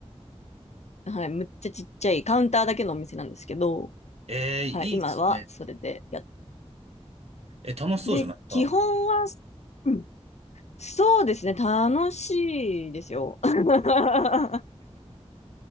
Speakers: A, on the left; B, on the right.
A: はい、むっちゃちっちゃいカウンターだけのお店なんですけど、
B: えー、いいですね。
A: はい、今はそれでやって、
B: えー、楽しそうじゃないですか。
A: で、基本は、うんそうですね、楽しいですよ。<laughs>